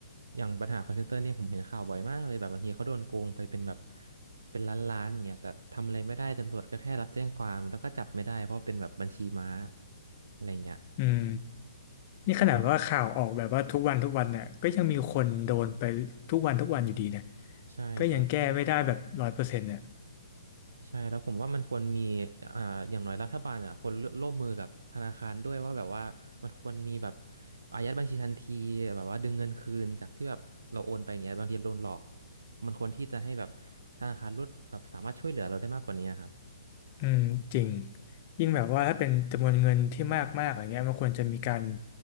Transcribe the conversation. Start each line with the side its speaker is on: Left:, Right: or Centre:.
Right: อย่างปัญหาค a l l นเตอร์เนี่ยผมเห็นข่าวบ่อยมากเลยแบบบางทีเขาโดนโกงไปเป็นแบบเป็นล้านล้านเนี่ยแต่ทำอะไรไม่ได้ตำรวจก็แค่รับแจ้งความแล้วก็จับไม่ได้เพราะเป็นแบบบัญชีม้าอะไรเงี้ย
Left: อืม นี่ขนาดว่าข่าวออกแบบว่าทุกวันทุกวันเนี่ยก็ยังมีคนโดนไปทุกวันทุกวันอยู่ดีเนี่ย
Right: ใช่ครับ
Left: ก็ยังแก้ไม่ได้แบบร้อยเปอร์เซ็นต์เนี่ย
Right: ใช่แล้วผมว่ามันควรมีอ่าอย่างน้อยรัฐบาลอ่ะคนร่วมมือกับธนาคารด้วยว่าแบบว่ามันควรมีแบบอายัดบัญชีทันทีแบบว่าดึงเงินคืนจากที่แบบเราโอนไปอย่างเงี้ยบางทีโดนหลอกมันควรที่จะให้แบบธนาคารลดแบบสามารถช่วยเหลือเราได้มากกว่านี้ครับ
Left: อืมจริงยิ่งแบบว่าถ้าเป็นจำนวนเงินที่มากมากอะไรเงี้ยมันควรจะมีการ